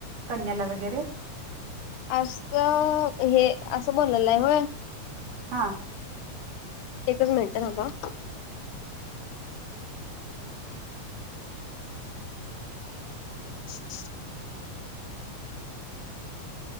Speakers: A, on the right (about 80°); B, on the left (about 80°).
A: कन्याला वगैरे
B: असं हे असं बोलालय होय.
A: हा
B: एकच मिनटं थांबा हा <inaudible>